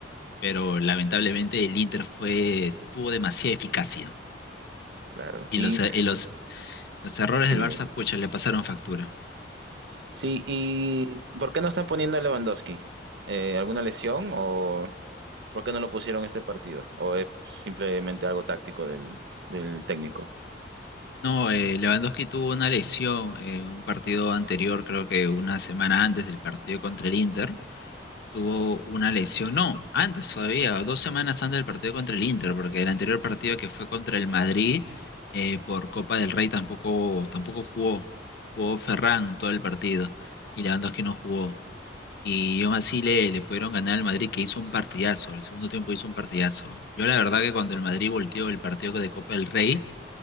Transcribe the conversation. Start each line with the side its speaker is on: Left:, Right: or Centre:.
Left: pero lamentablemente el Inter fue, tuvo demasiada eficacia
Right: claro.
Left: y
Right: Y
Left: los, y los, los errores
Right: sí,
Left: del
Right: dime.
Left: Barça, pucha, le pasaron factura.
Right: Sí, ¿y por qué no están poniendo a Lewandowski? Eh, ¿alguna lesión o por qué no lo pusieron este partido? ¿O es simplemente algo táctico del, del técnico?
Left: No, eh, Lewandowski tuvo una lesión eh, un partido anterior, creo que una semana antes del partido contra el Inter, tuvo una lesión, no, antes todavía, dos semanas antes del partido contra el Inter, porque el anterior partido que fue contra el Madrid eh, por Copa del Rey tampoco, tampoco jugó, jugó Ferran todo el partido y Lewandowski no jugó. Y aún así le, le pudieron ganar al Madrid que hizo un partidazo, el segundo tiempo hizo un partidazo. Yo la verdad que cuando el Madrid volteó el partido de Copa del Rey,